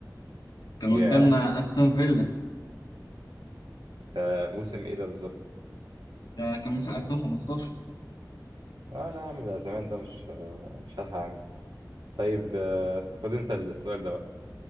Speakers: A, on the left; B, on the right.
A: كان
B: ياه
A: قدام استون فيلا
B: ده موسم إيه ده بالظبط
A: ده كان موسم 2015
B: اه لا يا عم ده زمان ده مش آه، مش هلحق أعمل طيب آه، خد أنت السؤال ده بقى